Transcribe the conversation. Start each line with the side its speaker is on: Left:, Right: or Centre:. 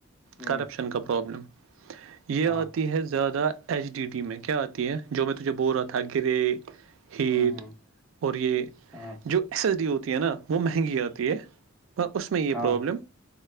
Centre: ہوں
Right: کرپشن کا پرابلم یہ
Centre: ہاں
Right: آتی ہے زیادہ ایچ ڈی ڈی میں کیا آتی ہیں جو میں تجھے بول رہا تھا گرے ہیٹ
Centre: ہوں ہوں
Right: اور یہ
Centre: ہاں ہ
Right: جو ایس ایس ڈی ہوتی ہے نا وہ مہنگی آتی ہے اس میں یہ
Centre: ہاں
Right: پرابلم